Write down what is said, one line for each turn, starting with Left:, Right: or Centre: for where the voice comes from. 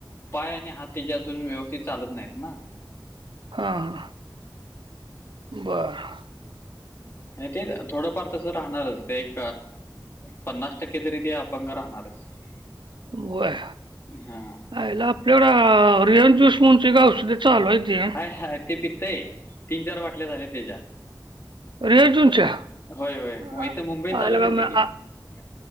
Left: पाय आणि हात त्याचे अजूनन व्यवस्थित चालत नाहीत ना
Right: हां बर <unintelligible>
Left: ते थोडंफार तस राहणारच ते एक पन्नास टक्के <unintelligible> कहीतरी ते अपंग राहणारच <unintelligible>
Right: बर
Left: हा
Right: आईला <unintelligible> त्याला रिन च्यूस म्हंची औषध चालू आहे तेे <unintelligible>
Left: हा ते पितय तीन चार बाटल्या झाल्या त्याच्या
Right: रियान
Left: <unintelligible>
Right: ज्यूसच्या?
Left: होय
Right: आ
Left: होय इथे मुंबईला चालू
Right: आयला
Left: केेल
Right: का मग
Left: ते की <unintelligible>
Right: आ